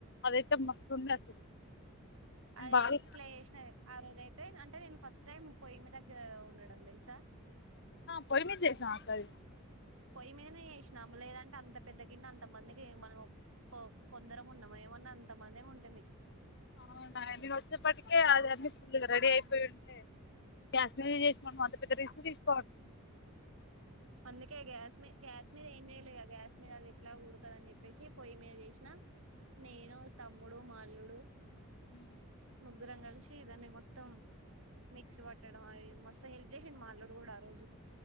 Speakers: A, on the left; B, on the right.
A: అది. తే మస్తుంది అసలు నేను
B: అది
A: బాగా
B: ఎట్లా చేసిన ఆ రోజ అయితే అంటే నేను ఫస్ట్ టైం పొయ్యి మీదగ్గ ఉండడం తెలుసా
A: పోయి మీద చేసినావా అక్క అది
B: పొయ్యి మీదనే చేసినాం లేదంటే అంత పెద్ద గిన్న అంత మందికి మనం కొ కొందరం ఉన్నమా ఏమన్నా అంతమందిమి ఉంటిమి.
A: అవునా నేను వచ్చేప్పటికే అది అన్నీ ఫుల్గా రెడీ అయిపోయి ఉంటే గ్యాస్ మీద చేసినవ అంత పెద్ద రిస్క్ తీస్
B: అందుకే గ్యాస్ మీ గ్యాస్ మీద ఏం జేయలే ఆ గ్యాస్ మీద అది ఎట్లా ఉడకదు అని చెప్పేసి పొయ్యి మీద చేసినా నేనూ, తమ్ముడు, మా. ఇవుడు
A: ఉహు
B: ముగ్గురం కలిసి దాన్ని మొత్తం మిక్స్ పట్టడం అవి మస్తు హెల్ప్ చేసిండు మా అల్లుడు గూడా ఆ రోజు